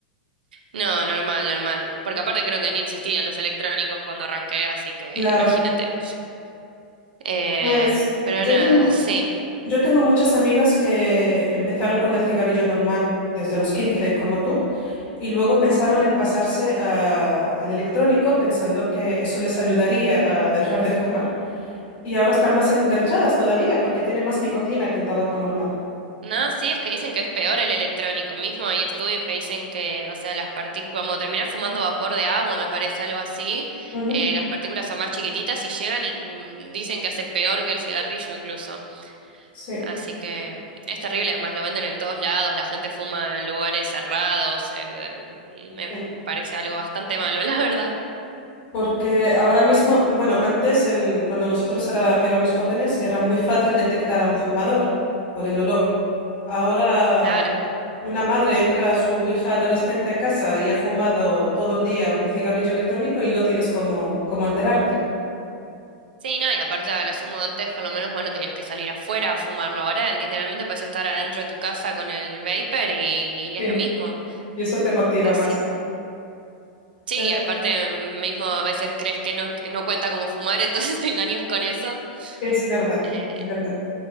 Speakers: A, on the right; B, on the left.
A: No, normal, normal. Porque aparte creo que ni existían los electrónicos cuando arranqué, así que
B: Claro.
A: imagínate. Eh,
B: Pues
A: pero
B: yo
A: nada,
B: tengo...
A: sí.
B: Yo tengo muchas amigas que empezaron con el cigarrillo normal desde los 15, como tú, y luego pensaron en pasarse a- al electrónico pensando que eso les ayudaría a dejar de fumar. Y ahora están más enganchadas todavía porque tiene más nicotina que el tabaco normal.
A: No, sí, es que dicen que es peor el electrónico mismo. Hay estudios que dicen que, o sea, las partículas, como terminar fumando vapor de agua, me parece algo así,
B: Ujú,
A: eh, las partículas son más chiquititas y llegan y mm, dicen que hace peor que el cigarrillo incluso.
B: Sí.
A: Así que mm, es terrible, además lo venden en todos lados, la gente fuma en lugares cerrados, eh, me
B: Sí.
A: parece algo bastante malo, <laughs> la verdad.
B: Porque ahora mismo, bueno, antes en- cuando nosotros era- éramos jóvenes era muy fácil detectar a un fumador por el olor. Ahora
A: Claro.
B: una madre entra a su hija adolescente a casa y ha fumado todo el día un cigarrillo electrónico y no tienes cómo, cómo enterarte.
A: Sí, no, y aparte a lo sumo antes, por lo menos, bueno, tenías que salir afuera a fumarlo. Ahora literalmente puedes estar adentro de tu casa con el vapor y, y
B: <laughs>
A: es lo mismo.
B: Y eso te motiva
A: Así,
B: más.
A: sí,
B: Eh,
A: aparte mm, mismo a veces crees que no, que no cuenta como fumar, <laughs> entonces te engañas con eso.
B: es verdad,
A: Eh,
B: es verdad.